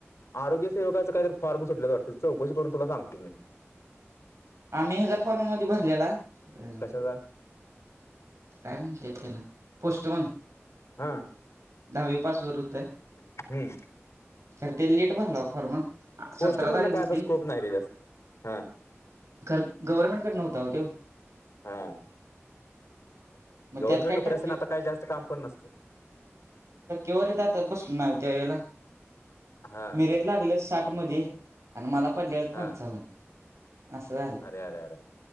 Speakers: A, on the left; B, on the right.
A: आरोग्य सेवाकाचा काय तर फॉर्म सुटल्यात वाटत चौकशी करून तुला सांगतो मी.
B: आम्ही ह्याजा फॉर्म मधी भरलेला. अ
A: कशाचा?
B: काय म्हणतेत त्याला पोस्टमन.
A: हा
B: दहावी पास वर हुत.
A: हम्म
B: खर ते लेट भरला ओ फॉर्म
A: पोस्ट
B: सतरा
A: म्हटलं
B: तारीख
A: काय
B: हुती.
A: आता स्कोप नाही रे जास्त हा
B: खर गव्हर्मेंट कडन हुता ओ त्यो.
A: हा.
B: मग
A: गव्हर्मेट
B: त्यात काय
A: नोकरी
B: टक्के
A: असती आणि आता काय जास्त काम पण नसतं.
B: टक्केवारी जातात बसलो नाय ओ त्या वेळेला
A: हा
B: मिरेट लागल साठ मध्ये. आणि मला पडलेलं पंचावन्न
A: हा
B: असं झालं.
A: अरे अरे अरे